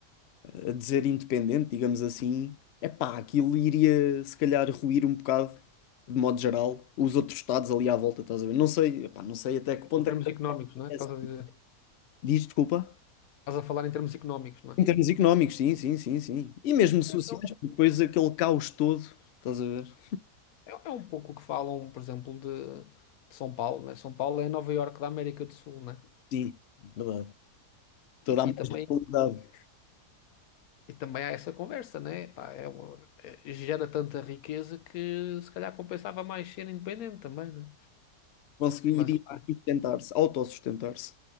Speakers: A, on the left; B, on the left.
A: a, a dizer independente, digamos assim, é pá, aquilo iria se calhar ruir um bocado, de modo geral, os outros estados ali à volta, estás a ver? Não sei, epá, não sei até que ponto
B: em termos
A: é que também
B: económicos, né? Estás
A: é assim.
B: a dizer,
A: Diz, desculpa.
B: estás a falar em termos económicos, né?
A: Em termos económicos, sim, sim, sim, sim. E mesmo sociais,
B: É, é,
A: porque depois aquele caos todo, estás a ver?
B: é é um pouco o que falam, por exemplo, de, de São Paulo, né? São Paulo é a Nova Iorque da América do Sul, né?
A: Sim, verdade. Toda
B: E,
A: a mais
B: e também,
A: qualidade
B: e também há essa conversa, né? Pá, é uma- é- gera tanta riqueza que se calhar compensava mais ser independente também, né?
A: conseguiria
B: Mas, pá,
A: sustentar-se, autossustentar-se.